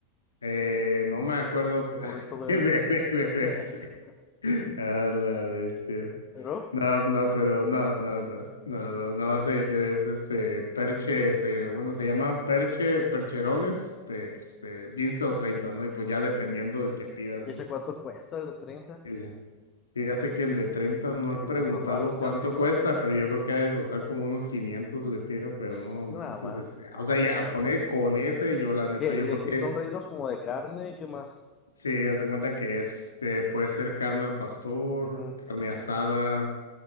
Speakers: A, on the left; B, on the left.
A: Eh, no me acuerdo. pe-
B: El burrito
A: <laughs>
B: BBC.
A: BBC.
B: <laughs>
A: A la bestia.
B: ¿No?
A: No, no, pero no, no, no, no, no, no, ese es este perche, se- bueno, se llaman perche, percherones de, pues, de quince o treinta ¿no? Y pues ya dependiendo del que pidas,
B: ¿Y
A: ¿no?
B: ese cuánto cuesta el de 30?
A: El- fíjate que el de treinta no he preguntado
B: 500 varos casi,
A: cuánto
B: ¿no?
A: cuesta, pero yo creo que ha de costar como unos 500 le tiro, pero
B: Pss,
A: no manches,
B: Nada más.
A: este, o sea, ya, con, e- con ese yo la
B: ¿Y
A: neta,
B: qué?
A: yo
B: ¿Y de
A: creo
B: que
A: que
B: son rellenos como de carne y qué más?
A: Sí, haz de cuenta que este puede ser carne al pastor,
B: Ujú.
A: carne asada,